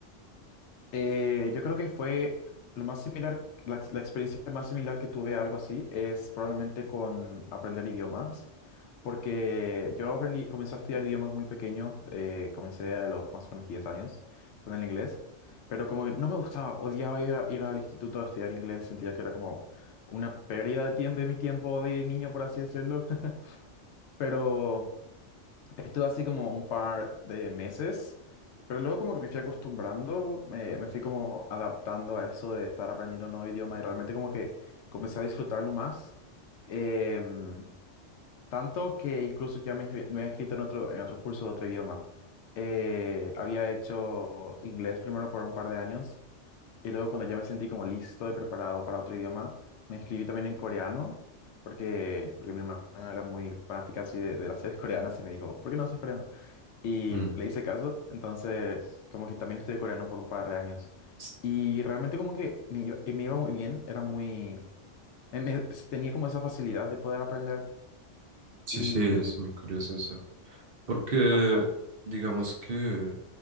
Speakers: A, on the left; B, on the right.
A: Eh, yo creo que fue lo más similar, la, ex- la experiencia más similar que tuve a algo así es probablemente con aprender idiomas, porque yo aprendí, comencé a estudiar idiomas muy pequeño, eh, comencé a los más o menos 10 años con el inglés, pero como que no me gustaba, odiaba ir, a- ir al instituto a estudiar inglés, sentía que era como una pérdida de tiempo, de mi tiempo de niño, por así decirlo, <laughs> pero... Estuve así como un par de meses, pero luego como que me fui acostumbrando, me, me fui como adaptando a eso de estar aprendiendo un nuevo idioma y realmente como que comencé a disfrutarlo más. Em, tanto que incluso ya me, he- me había escrito en otro, en otro curso de otro idioma. Eh, había hecho inglés primero por un par de años y luego cuando ya me sentí como listo y preparado para otro idioma, me inscribí también en coreano. Porque, porque mi hermana era muy fanática así de, de las series coreanas y me dijo, ¿por qué no haces coreano? Y
B: Mm.
A: le hice caso, entonces como que también estudié coreano por un par de años.
B: S-
A: Y realmente como que me iba, me iba muy bien, era muy... me- me- tenía como esa facilidad de poder aprender
B: Sí,
A: y...
B: sí, es muy curioso eso. Porque
A: Ajá.
B: digamos que